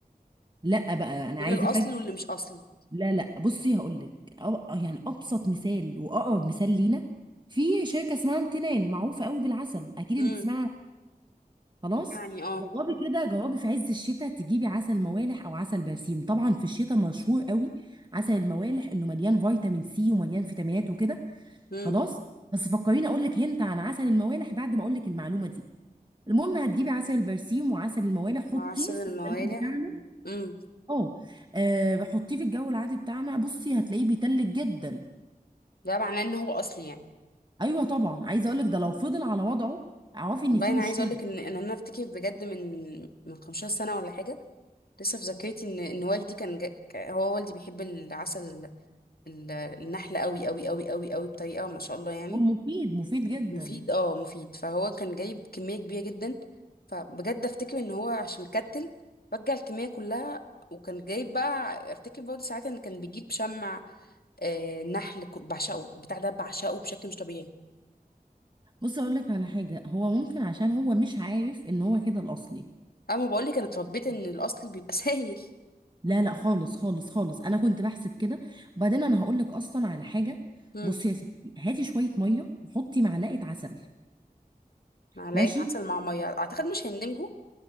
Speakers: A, on the right; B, on the left.
A: لا بقى انا
B: بين
A: عايزه
B: الاصلي
A: افاجئك
B: واللي مش اصلي
A: لا لا بصي هقول لك يعني ابسط مثال واقرب مثال لينا في شركه اسمها امتنان معروفه قوي بالعسل اكيد انت
B: امم
A: تسمعي خلاص
B: يعني اه
A: جربي كده جربي في عز الشتاء تجيبي عسل موالح او عسل برسيم طبعا في الشتاء مشهور قوي عسل الموالح انه مليان فيتامين سي ومليان فيتامينات وكده
B: امم
A: خلاص بس فكريني اقول لك هنت عن عسل الموالح بعد ما اقول لك المعلومه دي المهم هتجيبي عسل البرسيم وعسل الموالح حطيه
B: عسل
A: في
B: الموالح
A: التلاجة بتاعنا
B: امم
A: اه آه، حطيه في الجو العادي بتاعنا بصي هتلاقيه بيتلج جدا
B: ده معناه ان هو اصلي يعني
A: ايوه طبعا عايزه اقول لك ده لو فضل على وضعه اعرفي ان
B: والله
A: في
B: انا
A: مشكله
B: عايزه اقول لك ان إن انا افتكر بجد من من 15 سنه ولا حاجه لسه في ذاكرتي ان ان والدي كان جا... ك- هو والدي بيحب العسل ال- النحل قوي قوي قوي قوي قوي بطريقه ما شاء الله يعني
A: هو مفيد مفيد جدا
B: مفيد اه مفيد فهو كان جايب كميه كبيره جدا فبجد افتكر ان هو عشان كتل رجع الكميه كلها وكان جايب بقى افتكر برضه ساعتها ان كان بيجيب شمع آه نحل ك- بعشقه بتاع ده بعشقه بشكل مش طبيعي
A: بص اقول لك على حاجه هو ممكن عشان هو مش عارف ان هو كده الاصلي
B: اما بقول لك انا اتربيت ان الاصلي بيبقى <laughs> سايل
A: لا لا خالص خالص خالص انا كنت بحسب كده وبعدين انا هقول لك اصلا على حاجه
B: مم.
A: بصي يا ستي هاتي شويه ميه وحطي معلقه عسل
B: معلقة
A: ماشي
B: عسل مع مية اعتقد مش هندمجوا